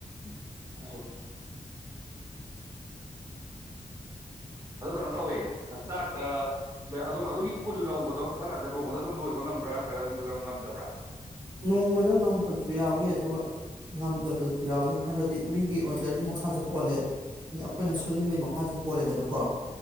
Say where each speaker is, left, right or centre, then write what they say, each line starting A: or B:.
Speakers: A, on the right; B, on the right.
A: <unintelligible> ꯎꯝ ꯑꯗꯨ ꯀꯩꯅꯣ ꯇꯧꯋꯦ ꯆꯥꯛ ꯑ ꯑꯗꯨꯝ ꯑꯗꯨꯒꯤ ꯀꯨꯜ ꯂꯧꯕꯗꯣ ꯁꯝꯅ ꯍꯥꯏꯗ ꯅꯣꯡꯃꯗ ꯑꯗꯨꯝ ꯂꯣꯏꯕ ꯉꯝꯕ꯭ꯔꯥ ꯅꯠꯇ꯭ꯔꯒ ꯉꯝꯗꯕ꯭ꯔꯥ
B: ꯅꯣꯡꯃꯗ ꯉꯝꯕ ꯁꯨ ꯌꯥꯎꯏꯤ ꯑꯗꯨꯒ ꯉꯝꯗꯕꯁꯨ ꯌꯥꯎꯏ ꯍꯥꯏꯕꯗꯤ ꯃꯤꯒꯤ ꯑꯣꯔꯗꯔꯒꯤ ꯃꯈꯥꯁꯨ ꯄꯣꯜꯂꯦ ꯗ ꯑꯩꯈꯣꯏꯅ ꯁꯨꯟꯅꯤꯡꯕꯒꯤ ꯃꯈꯥꯁꯨ ꯄꯣꯜꯂꯦꯗꯅꯀꯣ